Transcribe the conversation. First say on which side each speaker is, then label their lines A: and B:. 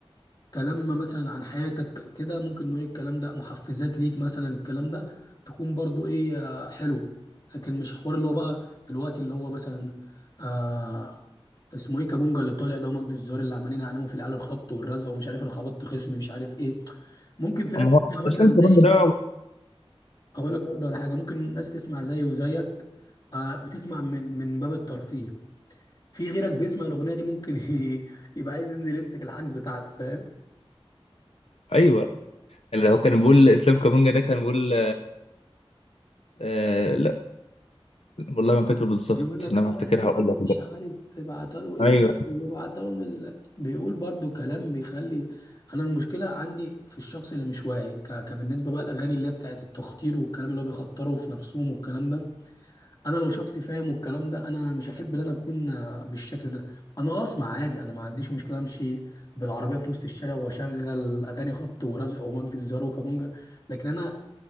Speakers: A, on the left; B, on the left.
A: كلام مثلا عن حياتك كده ممكن نقول الكلام ده محفزات ليك مثلا الكلام ده تكون برضو ايه آه، حلوة لكن مش حوار اللي هو بقى الوقت اللي هو مثلا آه اسمه ايه كابونجا اللي طالع ده ومجدي الزهر اللي عمالين يعلموا في العيال الخبط والرزق ومش عارف انا خبطت خصمي مش عارف ايه ممكن في ناس
B: أما
A: تسمع
B: هو
A: مثلا
B: الاسلام كمان
A: زي
B: ده
A: اقول لك برضه على حاجه ممكن ناس تسمع زي وزيك آه بتسمع من من باب الترفيه في غيرك بيسمع الاغنيه دي ممكن <laughs> يبقى عايز ينزل يمسك الحجز بتاعته فاهم
B: ايوه اللي هو كان بيقول اسلام كامونجا ده كان بيقول آه لا والله ما فاكر بالظبط
A: بيقول لك
B: لما
A: ايوه
B: افتكرها هقول
A: مش
B: لك دلوقتي.
A: عارف تبعتها له ايه
B: ايوه
A: وبعتها لهم ال... بيقول برضو كلام بيخلي انا المشكله عندي في الشخص اللي مش واعي ك... كبالنسبه بقى الاغاني اللي هي بتاعت التخطير والكلام اللي هو بيخطروا في نفسهم والكلام ده انا لو شخص فاهم والكلام ده انا مش احب ان انا اكون بالشكل ده انا اسمع عادي انا ما عنديش مشكله امشي بالعربيه في نص الشارع واشغل اغاني خبط ورزق ومجد الزار وكابونجا لكن انا